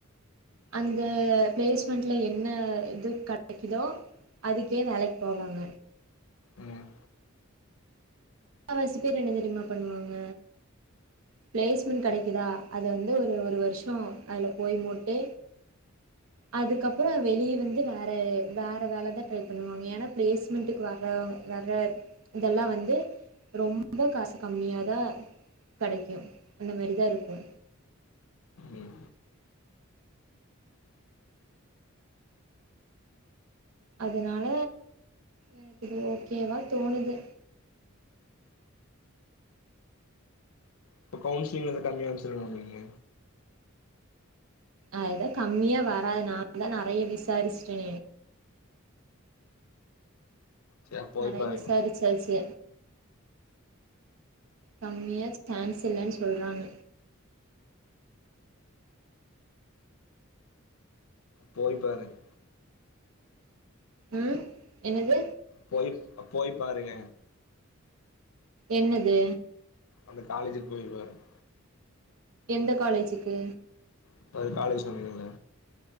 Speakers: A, on the right (about 75°); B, on the left (about 85°).
A: அந்த பிளேஸ்மண்ட்ல என்ன இது கடைகுதோ அதுக்கே வேலைக் போவாங்க
B: ம்
A: முக்காவாசி பேர் என்ன தெரியுமா பண்ணுவாங்க பிளேஸ்மண்ட் கெடைக்கிதா அது வந்து ஒரு ஒரு வருஷோ அதுல போய் மோட்டு அதுக்கு அப்பறோ வெளிய வந்து வேற வேற வேலதா ட்ரை பண்ணுவாங்க ஏனா பிளேஸ் மண்ட்க்கு வர்றவ் வர்ற இதல்லா வந்து ரொம்ப காசு கம்மியாதா கெடைக்கு அந்த மாரி தா இருக்கு
B: ம்
A: அதுனால எனக்கு இது ஓகேவா தோணுது
B: இப்ப கவ்ன்சிலிங்ல இது கம்மியா வந்துச்சுனா என்ன பண்ணுவீங்க
A: அதுதா கம்மியா வராது நா தா நெறைய விசாருஸ்டே
B: சரி போய்
A: நெறைய
B: பாருங்க
A: விசாருச்சாச்சு கம்மியா சான்ஸ் இல்லன் சொல்றாங்க
B: போய் பாருங்
A: ம் என்னது
B: போய் போய் பாருங்க
A: என்னது
B: அந்த காலேஜுக்கு போய் பாருங்
A: எந்த காலேஜுக்கு
B: இப்ப காலேஜ் சொன்னீங்கல்ல